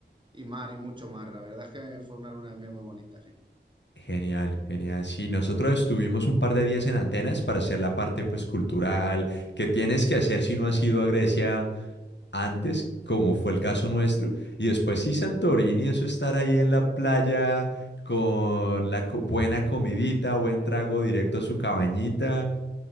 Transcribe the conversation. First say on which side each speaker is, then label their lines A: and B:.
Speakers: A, on the right; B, on the left.
A: y mar y mucho mar. La verdad es que fue una luna de miel muy bonita, sí.
B: Genial, genial. Sí, nosotros estuvimos un par de días en Atenas para hacer la parte pues cultural que tienes que hacer si no has ido a Grecia antes, como fue el caso nuestro, y después sí Santorini, eso estar ahí en la playa con la co- buena comidita, buen trago directo a su cabañita,